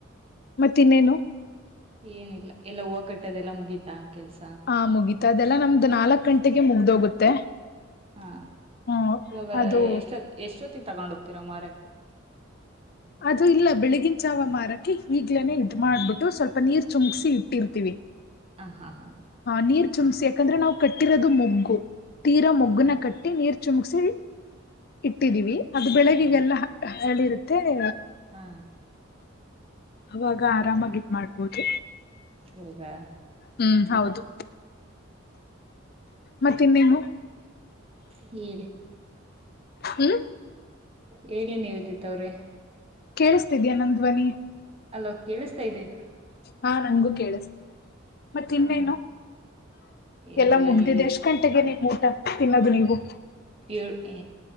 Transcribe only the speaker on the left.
ಮತ್ತ ಇನ್ನೇನು
ಹಾ ಮುಗೀತ ಅದೆಲ್ಲ ನಮ್ದ್ ನಾಲ್ಕ್ ಗಂಟೆಗೆ ಮುಗ್ದೋಗುತ್ತೆ
ಹ್ಮ
ಅದು
ಅದು ಇಲ್ಲ ಬೆಳಿಗಿನ ಜಾವ ಮಾರಕೆ ಈಗ್ಲೇನೆೇ ಇದ ಮಾಡ್ಬಿಟ್ಟು ಸ್ವಲ್ಪ ನೀರ್ ಚುಂಕ್ಸಿ ಇಟ್ಟಿರ್ತೀವಿ.
ಹ ನೀರ್ ಚುಮ್ಸಿ ಯಾಕಂದ್ರೆ ನಾವ್ ಕಟ್ಟಿರೋದು ಮೊಗ್ಗು ತೀರಾ ಮೊಗ್ಗುನ
ಕಟ್ಟ ಇಟ್ಟಿ ನೀರು ಚುಮಸಿ ಇಟ್ಟಿದೀವಿ. ಅದು ಬೆಳ್ಗಿಗೆಲ್ಲ
ಹರಳ್ಳಿರುತ್ತೆ <inaudible>
ಅವಗ ಗ ಆರಾಮಾಗಿ ಇದ ಮಾಡ್ಬೋದು.
ಹ್ಮ್ ಹೌದು. ಮತ್ತ ಇನ್ನೇನು
ಹ್ಮ್
ಕೇಳಿಸ್ತಿದ್ಯಾ ನನ್ ಧ್ವನಿ
ಹಾ ನಂಗಗೂ ಕೇಳಿಸ್ತಿ ಮತ್
ಇನ್ನೇನು
ಎಲ್ಲ
ಮುಗ್ದಿದೆ
ಎಷ್ಟ್ ಗಂ ಟ್ಟೆಗೆ ನಿಮ್ ಊಟ ತಿನ್ನೋದು ನೀವು?